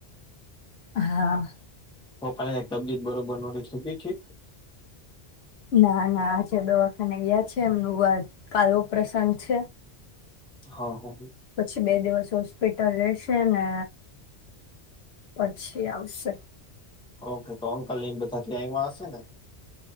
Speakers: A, on the left; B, in the centre.
A: હા.
B: તો પણ તબિયત બરોબર નો થી ઠીક.
A: ના ના આજે દવાખાને ગયા છે એમનુંત કાલ ઓ પ્રસંગ છે.
B: હા હ.
A: પછી બે દિવસ હોસ્પિટલ રહેેશે ને પછી આવશે.
B: ઓકે તો અંકલ બધા થી આવવા હશે ને?